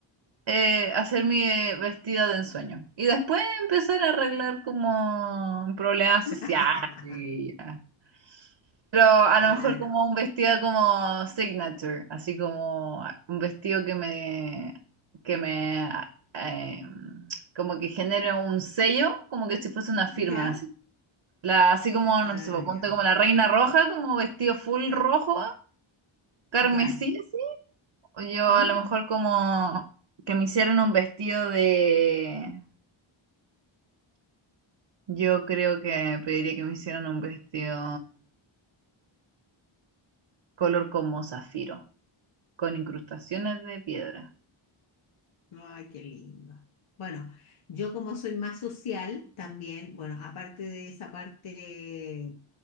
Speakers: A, on the right (about 65°); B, on the left (about 80°).
A: eh, hacer mi eh, vestido de ensueño. Y después empezar a arreglar como problemas
B: <laughs>
A: sociales. y, ah. Pero a
B: Ah,
A: lo mejor como
B: no.
A: un vestido como signature, así como un vestido que me, que me, eh, como que genere un sello, como que si fuese una firma,
B: ¿Ya?
A: así. La, así como,
B: Ah,
A: no sé,
B: ya.
A: ponte como la reina roja, como vestido full rojo, Carmesí,
B: Ya.
A: así. O yo
B: ¿Mm?
A: a lo mejor como que me hicieran un vestido de... Yo creo que pediría que me hicieran un vestido color como zafiro, con incrustaciones de piedra.
B: Ay, qué lindo. Bueno, yo como soy más social también, bueno, aparte de esa parte,